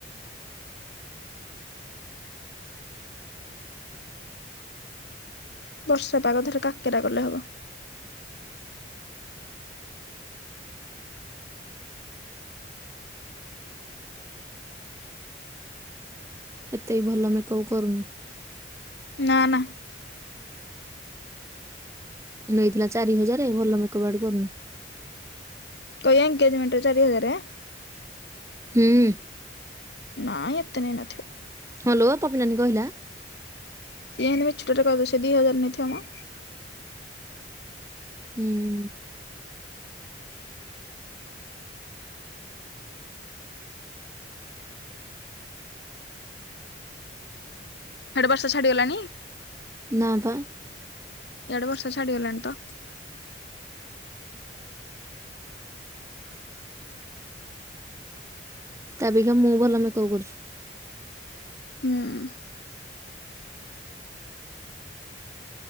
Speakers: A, on the left; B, on the right.
A: ବର୍ଷା ପାଗ ଏଥରେ କାକେରା କଲେ ହବ।
B: ଏତେ ବି ଭଲ ମେକଅପ୍ କରୁନି।
A: ନା ନା।
B: ନେଇଥିଲା ଚାରି ହଜାର ଭଲ ମେକପ୍ ଆଡେ କରୁନି।
A: ଏ ଏନଗେଜମେଣ୍ଟ ରେ ଚାରି ହଜାରେ?
B: ହୁଁ।
A: ନାଇଁ ଏତେ ନେଇନଥିବ।
B: ହଁଲୋ ପପିିନାନୀ କହିଲା।
A: ସିଏ ହେନ୍ତି ମିଛୁଟାରେ କହିବ ସେ ଦି ହଜାର ନେଇଥିବ ମ।
B: ହୁଁ।
A: ହାଡୁ ବର୍ଷା ଛାଡ଼ିଗଲାଣି?
B: ନାଁପା।
A: ଇଆଡ଼େ ବର୍ଷ ଛାଡିଗଲାଣି ତ।
B: ତା ଅପେକ୍ଷା ମୁଁ ଭଲ ମେକପ କରୁଚି।
A: ହୁଁ